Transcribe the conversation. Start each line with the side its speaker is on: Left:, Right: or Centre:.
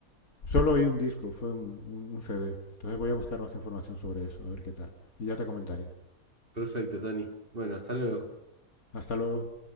Left: Solo oí un disco, fue un, un, un CD. Entonces voy a buscar más información sobre eso, a ver qué tal. Y ya te comentaré.
Right: Perfecto, Tani. Bueno, hasta luego.
Left: Hasta luego.